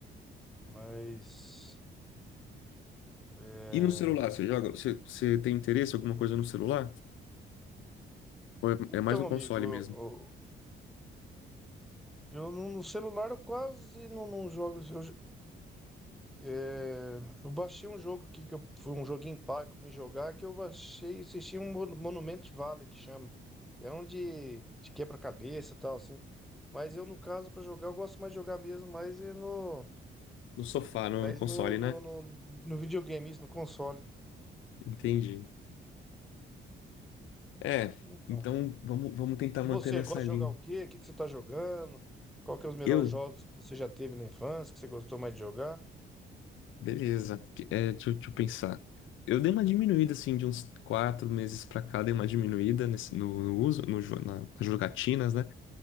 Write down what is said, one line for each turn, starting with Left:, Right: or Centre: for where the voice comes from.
Centre: Mas. é,
Left: E no celular, você joga? Você, você tem interesse em alguma coisa no celular? Ou é,
Centre: Então,
Left: é mais no
Centre: amigo,
Left: console
Centre: eu,
Left: mesmo?
Centre: eu no no celular eu quase não, não jogo. Eu, É, eu baixei um jogo aqui que eu- foi um joguinho pago pra me jogar que eu baixei e assisti um Mon- Monument Valley que chama. É um de, de quebra-cabeça e tal assim. Mas eu no caso pra jogar eu gosto mais de jogar mesmo, mas é no
Left: No sofá, no,
Centre: mas
Left: no console,
Centre: no, no,
Left: né?
Centre: no, no videogame, isso no console.
Left: Entendi. É,
Centre: Então.
Left: então vamos, vamos tentar
Centre: E
Left: manter
Centre: você
Left: nessa
Centre: gosta de
Left: linha.
Centre: jogar o quê? O que que você tá jogando? Qual que é os melhores
Left: Eu?
Centre: jogos que você já teve na infância, que você gostou mais de jogar?
Left: Beleza. Que- É, deixa, eu- deixa eu pensar. Eu dei uma diminuída, assim, de uns quatro meses pra cá, dei uma diminuída nesse- no, no uso, no, jo- na- nas jogatinas, né?